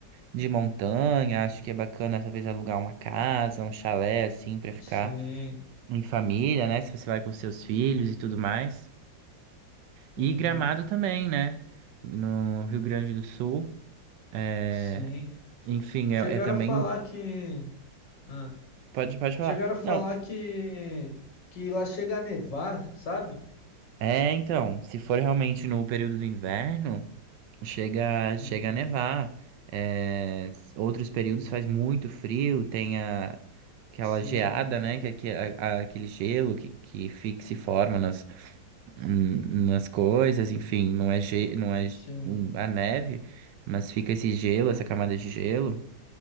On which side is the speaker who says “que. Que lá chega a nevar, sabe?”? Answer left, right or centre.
Left